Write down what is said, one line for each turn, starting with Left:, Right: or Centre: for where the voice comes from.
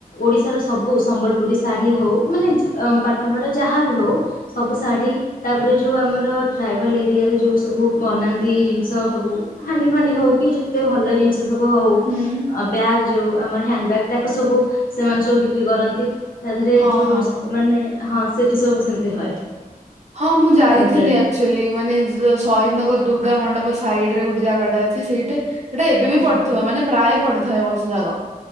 Left: ଓଡିଶାର ସବୁ ସମ୍ବଲପୁରୀ ଶାଢ଼ୀ ହଉ ମାନେ ପାଟ ଫାଟ ଯାହାବି ହଉ ସବୁ ଶାଢୀ ତାପରେ ଯୋଉ ଆମର ଟ୍ରାଇବାଲ ଏରିଆରେ ଯୋଉ ସବୁ ବନାନ୍ତି ଜିନିଷ ସବୁ ହାଣ୍ଡି ଫାଣ୍ଡି ହଉ କି ଯେତେ ଭଲ ଜିନିଷ ସବୁ ହଉ
Right: ହୁଁ
Left: ବ୍ୟାଗ୍ ଯୋଉ ଆମର ହ୍ୟାଣ୍ଡ ବ୍ୟାଗ୍ ତାକୁ ସବୁ ସେମାନେ ସବୁ ବିକ୍ରି କରନ୍ତି। ତା ଦେହରେ
Right: ହଁ
Left: ଯୋଉ
Right: ହଁ
Left: ର ମାନେ ହଁ ସେଠି ସବୁ ସେମିତି ହଏ।
Right: ହଁ ମୁଁ ଯାଇଥିଲି
Left: ରଜରେ
Right: ଆଚୁ ମାନେ ଶହୀଦନଗର ଦୁର୍ଗା ମଣ୍ଡପ ସାଇଡ ରେ ଗୋଟେ ଜାଗାଟା ଅଛି ସେଇଟା। ସେଟା ଏବେ ବି
Left: ହଁ
Right: ପଡିିବ ମାନେ ପ୍ରାୟ ପଡିଥାଏ ଏ ବର୍ଷ ଯାକ।